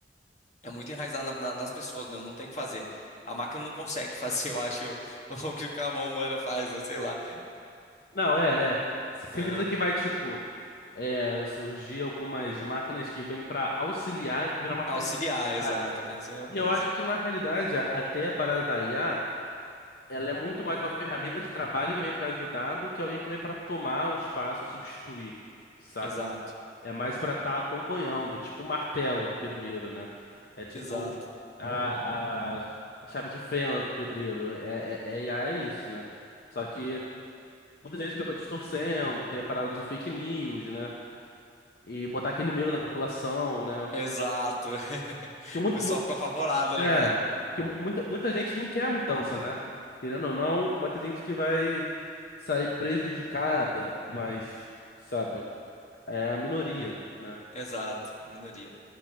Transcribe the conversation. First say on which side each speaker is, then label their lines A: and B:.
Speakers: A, on the left; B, on the left.
A: é muito enraizada na- na- nas pessoas mesmo, não tem o que fazer. A máquina não consegue <laughs> fazer, eu acho, <laughs> o que a mão humana faz, né? Sei lá.
B: Não, é, é. C- Certeza
A: Aham.
B: que vai, tipo. é, surgir algumas máquinas que vêm para auxiliar e virar uma ferramenta
A: Auxiliar,
B: de
A: exato,
B: trabalho.
A: eu pensei a mesma
B: E
A: coisa.
B: eu acho que, na realidade, a- até a parada da IA, ela é muito mais uma ferramenta de trabalho que vem para ajudar do que alguém que vem para tomar o espaço, substituir, saca?
A: Exato,
B: É mais para estar acompanhando, tipo o martelo do pedreiro, né? É tipo
A: exato,
B: a, a, a chave de fenda do pedreiro. É, é, é, IA é isso, né? Só que muita gente acaba distorcendo, tem a parada de fake news, né? e botar aquele medo na população, né?
A: exato. <laughs>
B: Porque, muito,
A: O pessoal
B: mu-
A: fica apavorado, né,
B: é,
A: cara?
B: porque mu- muita, muita gente não quer a mudança, né? Querendo ou não, vai ter gente que vai sair prejudicada, mas, sabe, é a minoria, né?
A: Exato, é a minoria.